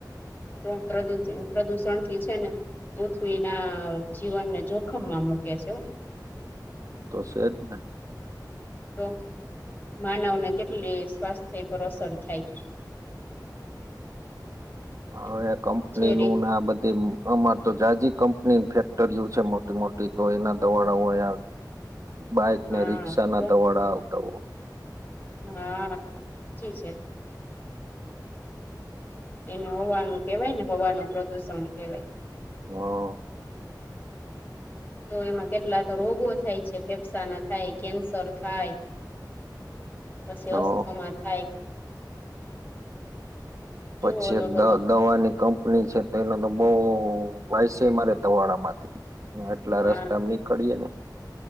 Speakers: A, on the left; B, on the right.
A: તો પ્રદુષ પ્રદુષણથી. છે ને પૃથ્વીના જીવનને જોખમમાં મૂકે છે.
B: તોશે જ ને.
A: તો માનવને કેટલી સ્વાસ્થ્ય પર અસર થાય છે. <inaudible>
B: હા કંપનીનું
A: જે રીત
B: ને બધું તો જાજી કંપનીઓ ફેક્ટરીઓ છે મોટી મોટી તો એના દવાડા હોય. બાઈકને
A: હા
B: રિક્ષા
A: તો
B: ના ધવાડા આવતા હોય.
A: હા સાચી છે. એને હવાનું કહેવાય હવાનું પ્રદુષણ કહેવાય.
B: હા.
A: તો એમાં કેટલા તો રોગો થાય છે ફેફસા ના થાય કેન્સર થાય છે. પછી
B: હ
A: અસ્થમા
B: હ
A: થાય છે. કેવું
B: પછી
A: અલગ
B: નાની
A: અલગ થાય.
B: કપની છે પહેલા નંબર વાવશો તમારા માટે. આટલા
A: હા
B: રસ્તામાં નીકળીએે ને